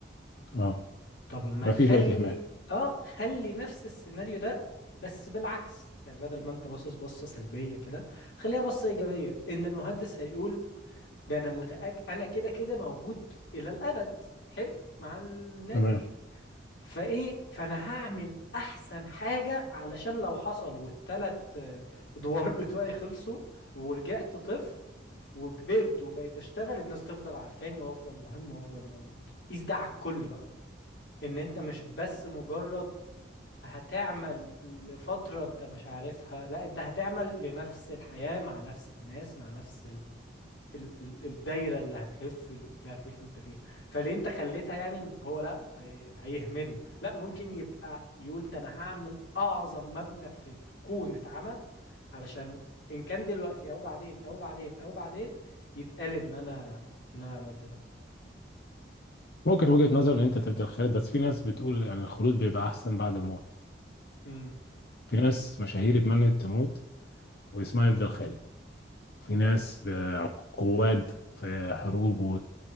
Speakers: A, on the left; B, on the left.
A: اه
B: طب ما
A: هيبقى
B: تخلي
A: في شويه اهمال
B: اه خلي نفس السيناريو ده بس بالعكس يعني بدل ما انت باصص بصة سلبية كده خليها بصة إيجابية إن المهندس هيقول ده انا متأكد انا كده كده موجود الى الابد حلو مع الناس
A: تمام
B: دي فايه فانا هعمل احسن حاجة علشان لو حصل والتلات آه، ادوار بتوعي خلصوا ورجعت طفل وكبرت وبقيت اشتغل الناس تفضل عارفاني وافضل مهم وافضل موجود قيس ده على الكل بقى ان انت مش بس مجرد هتعمل لفترة انت مش عارفها لا انت هتعمل لنفس الحياة مع نفس الناس مع نفس ال ال الدايره اللي هتلف اللي هتلف انت فيها فليه انت خليتها يعني ان هو لا هي هيهمله لا ممكن يبقى بيقول ده انا هعمل اعظم مبنى في الكون اتعمل علشان ان كان دلوقتي او بعدين او بعدين او بعدين يتقال ان انا ان انا عملت ده
A: ممكن وجهه نظر ان انت تبدأ الخالد بس في ناس بتقول ان الخلود بيبقى احسن بعد الموت
B: امم
A: في ناس مشاهير اتمنت تموت واسمها يفضل خالد في ناس ب- قواد في حروب